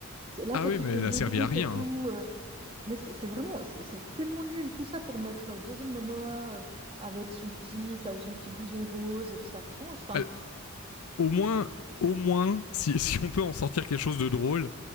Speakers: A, on the right (about 25°); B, on the left (about 85°).
A: c'est là,
B: Ah
A: quand
B: oui,
A: ils
B: mais
A: font
B: elle
A: deux
B: a servi
A: groupes
B: à rien.
A: et tout...
B: hein.
A: euh, mais c'est c'est vraiment, c'est c'est tellement nul, tout ça pour mettre euh, Jason Momoa euh, avec son petit, sa- son petit blouson rose et puis sa frange. Enfin,
B: Elle- Au moins, au moins, si, <laughs> si on peut en sortir quelque chose de drôle,